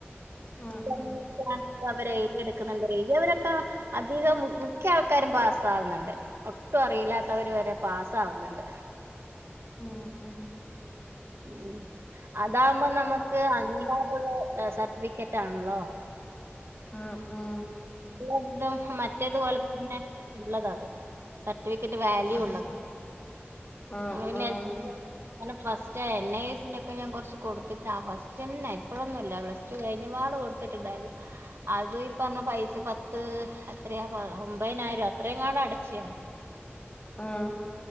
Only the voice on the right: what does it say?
<unintelligible>
ക്ക വരെഴ്തിയെട്ക്ക്ന്ന്ണ്ട് എഴ്തിയവരൊക്കെ അധികം മ് മിക്ക ആൾക്കാരും പാസ്സാവുന്നുണ്ട്. ഒട്ടും അറിയില്ലാത്തവര് വരെ പാസാവ്ന്ന്ണ്ട്.
ഉം അതാവുമ്പോ നമക്ക് അങ്ങീകാരുള്ള ഏഹ് സർട്ടിഫിക്കറ്റാണല്ലോ.
<unintelligible> തും മറ്റേത്പോലെ തന്നെ ഉള്ളതാത് സർട്ടിഫിക്കറ്റ് വാല്യൂള്ളത്.
നമ്മള് പിന്നെ.
<unintelligible> അങ്ങനെ ഫസ്റ്റാ എൻ ഐ എസിന്റെ ഒക്കെ ഞാൻ കൊർച്ച് കൊട്ത്തിട്ട് ആ ഫസ്റ്റെന്നെ ഇപ്പഴൊന്നും അല്ല പ്ലസ്. റ്റു കൈഞ്ഞ പാടെ കൊട്ത്ത്ട്ട്ണ്ടായിര്ന്ന്. അത് ഇപ്പർഞ്ഞ പൈസ പത്ത് എത്രയാ പ ഒമ്പഹ്നായിരൊ അത്രയെങ്ങാണ്ടൊ അടച്ച് ഞാന്